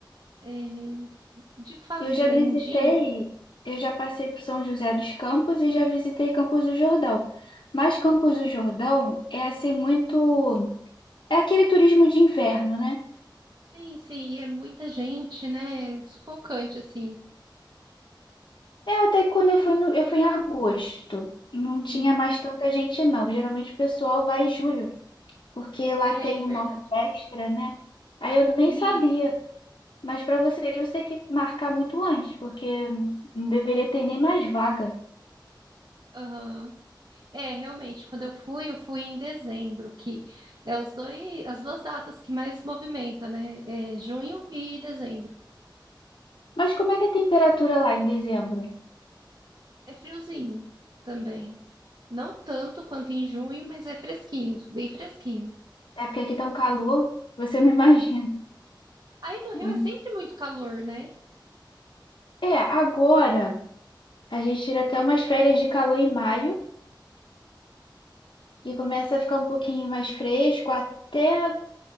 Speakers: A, on the right (about 55°); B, on the left (about 75°).
A: É, de fazendinha.
B: Eu já visitei, eu já passei por São José dos Campos e já visitei Campos do Jordão. Mas Campos do Jordão é assim muito, é aquele turismo de inverno, né?
A: Sim, sim, é muita gente, né? Sufocante, assim.
B: É até que quando eu fui no- eu fui em agosto, não
A: Uhum.
B: tinha mais tanta gente não. Geralmente o pessoal vai em julho, porque lá
A: É
B: tem
A: verdade.
B: uma orquestra, né? Aí eu nem
A: Isso.
B: sabia. Mas para você ir, você tem que marcar muito antes, porque não deveria ter nem mais vaga.
A: Aham. É, realmente, quando eu fui, eu fui em dezembro, que é os dois, as duas datas que mais movimenta, né? É junho e dezembro.
B: Mas como é que é a temperatura lá em dezembro?
A: É friozinho também. Não tanto quanto em junho, mas é fresquinho, bem fresquinho.
B: É porque aqui tá um calor,
A: Sim.
B: você não <laughs> imagina.
A: Aí no Rio
B: Hum.
A: é sempre muito calor, né?
B: É, agora a gente tira até umas férias de calor em maio, que começa a ficar um pouquinho mais fresco até